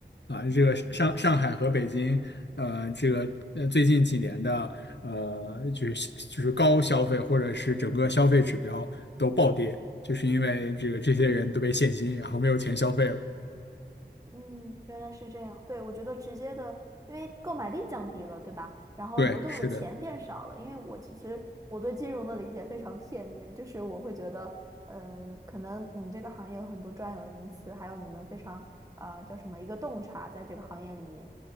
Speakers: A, on the left; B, on the right.
A: 啊，这个上上海和北京，呃，这个呃最近几年的呃，就是就是高消费或者是整个消费指标都暴跌，就是因为这个这些人都被限薪，然后没有钱消费了。
B: 嗯，原来是这样。对，我觉得直接的，因为购买力降低了，对吧？然后流动的钱变少了。
A: 对，是的。
B: 因为我其实我对金融的理解非常片面，就是我会觉得，嗯、可能你们这个行业有很多专有的名词，还有你们非常啊、叫什么一个洞察，在这个行业里面，